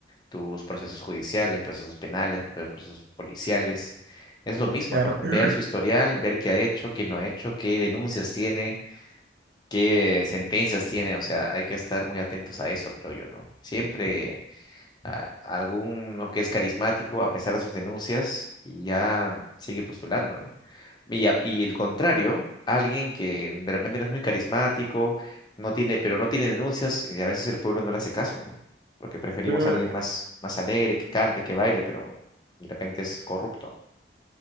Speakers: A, on the left; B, on the right.
A: tus procesos judiciales, procesos penales, pro- procesos policiales. Es lo mismo,
B: Claro.
A: ¿no? Ver
B: <clears throat>
A: su historial, ver qué ha hecho, qué no ha hecho, qué denuncias tiene, qué sentencias tiene. O sea, hay que estar muy atentos a eso, creo yo, ¿no? Siempre a- alguno que es carismático a pesar de sus denuncias y ya sigue postulando, ¿no? Y, a- y el contrario, alguien que de repente no es muy carismático, no tiene, pero no tiene denuncias y a veces el pueblo no le hace caso, ¿no? Porque preferimos
B: Mm,
A: a alguien más, más alegre, que cante, que baile, pero de repente es corrupto.